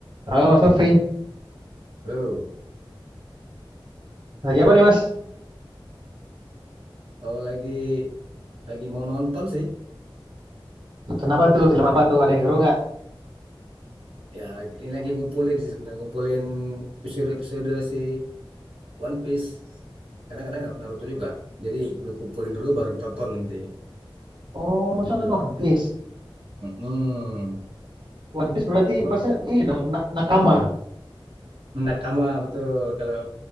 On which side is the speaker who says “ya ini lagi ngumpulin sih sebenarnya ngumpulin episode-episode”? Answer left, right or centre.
Right